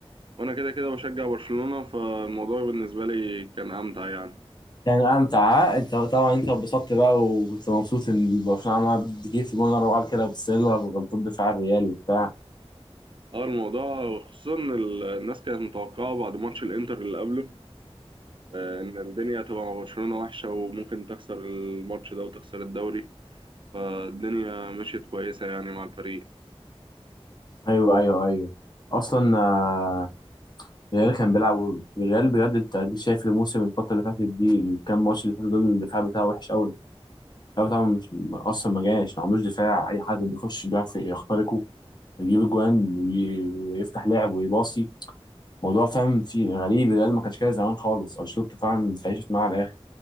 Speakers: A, on the right; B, on the left.
A: وانا كده كده بشجع برشلونة فالموضوع بالنسبة لي كان امتع يعني
B: كان امتع ها؟ انت طبعا انت اتبسطت بقى وكنت مبسوط ان برشلونه عماله بتجيب في جون ورا بعض كده وبتسيلر غلطات دفاع الريال وبتاع
A: اه الموضوع خصوصا إن ال- الناس كانت متوقعة بعد ماتش الانتر اللي قبله آه، ان الدنيا هتبقى مع برشلونة وحشة وممكن تخسر الماتش ده وتخسر الدوري فالدنيا مشيت كويسة يعني مع الفريق
B: ايوه ايوه ايوه اصلا آه، الريال كان بيلعب الريال بجد انت أديك شايف الموسم الفتره اللي فاتت دي الكام ماتش اللي فاتوا دول الدفاع بتاعه وحش قوي الدفاع بتاعه مش اصلا ما جاش ما عندوش دفاع اي حد بيخش بيعرف يخترقه يجيب اجوان ويفتح لعب ويباصي موضوع فاهم في غريب الريال ما كانش كده زمان خالص انشيلوتي فعلا اتعيشت معاه على